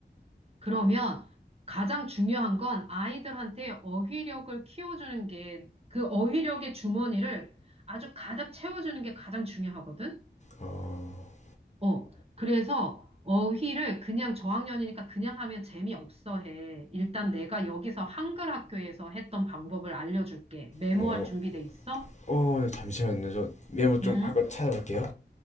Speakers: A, on the right; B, on the left.
A: 그러면 가장 중요한 건 아이들한테 어휘력을 키워주는 게 그 어휘력의 주머니를 아주 가득 채워주는 게 가장 중요하거든.
B: 어,
A: 어, 그래서 어휘를 그냥 저학년이니까 그냥 하면 재미없어 해. 일단 내가 여기서 한글 학교에서 했던 방법을 알려줄게. 메모할
B: 어,
A: 준비돼 있어?
B: 어 잠시만요. 저 메모 좀
A: 응?
B: 하고 찾아볼게요.